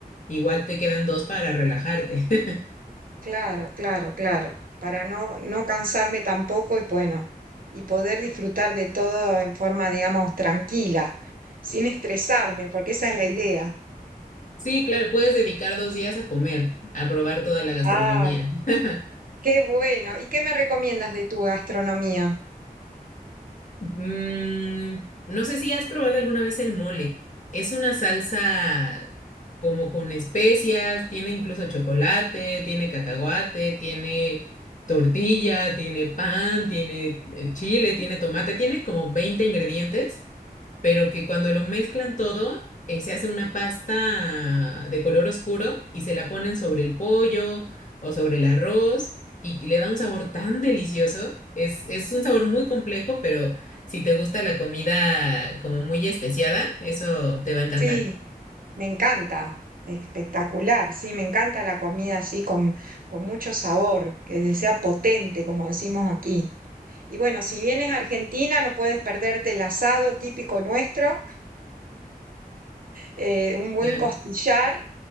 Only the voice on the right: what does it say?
Claro, claro, claro, claro, para no, no cansarme tampoco y bueno, y poder disfrutar de todo en forma, digamos, tranquila, sin estresarme, porque esa es la idea.
Ah,
qué bueno. ¿Y qué me recomiendas de tu gastronomía?
Sí, me encanta, espectacular, sí, me encanta la comida así con, con mucho sabor, que sea potente, como decimos aquí. Y bueno, si vienes a Argentina no puedes perderte el asado típico nuestro, eh, un buen
costillar,